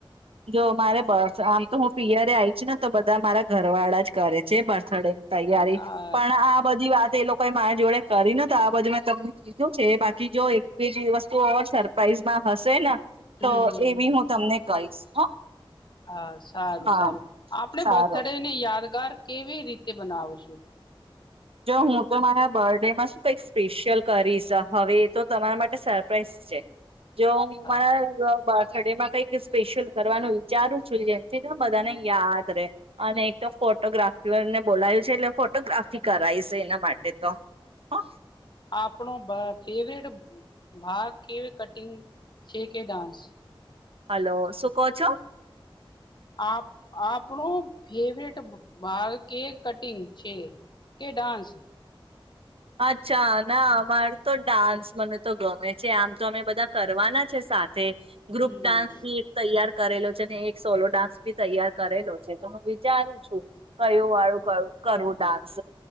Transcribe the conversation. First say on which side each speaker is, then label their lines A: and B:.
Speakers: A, on the right (about 80°); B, on the left (about 50°).
A: જો મારે બર્થ આમ તો હું પિયરે આઈ છુ ને તો બધા મારા ઘર વાળા જ કરે છે બર્થડે તૈયારી
B: અચ્છા
A: પણ આ બધી વાત એ લોકો કોએ મારા જોડે કરી નથ આ બધું મેં તમને કીધું છે બાકી જો એક બીજી વસ્તુ ઓ સરપ્રાઈઝમાં હશે ને
B: હમ
A: તો એ બી હું તમને કહીશ. હ
B: હા સારું
A: હા
B: સારું આપડે
A: સારું
B: બર્થડે ને યાદગાર કેવી રીતે બનાવ છું.
A: જો હું તો મારા બરડે માં શું કઈક સ્પેશિયલ કરીશ હવે એ તો તમારા માટે સરપ્રાાઈઝ છે. જો હુ
B: હા
A: મારા <unintelligible> બાર્થ ડેમાં કઈક સ્પેશિયલ કરવાનું વિચારું છું જેમથી ને બધાને યાદ રે અને એક તો ફોટોગ્રાફર ને બોલાયું છે એટલે ફોટોગ્રાફી કરાયસ એના માટે તો હો
B: આપણો બ ફેવરેટ ભાગ કેવી કટિંગ છે કે ડાન્સ
A: હલો શું કો છો?
B: આપ આપણો ફેવરેટ ભાગ કેક કટિંગ છે કે ડાન્સ
A: અચ્છા ના અમાર તો ડાન્સ મને તો ગમે છે આમ તો અમે બધા કરવાના છે સાર થે
B: હમ
A: ગ્રુપ ડાસ ભી એક તૈયાર કરેલો છે ને એક સોલો ડાન્સ બી તૈયાર કરેલો છે તો હું વિચારું છું કયોું વાળું કરવું ડાન્સ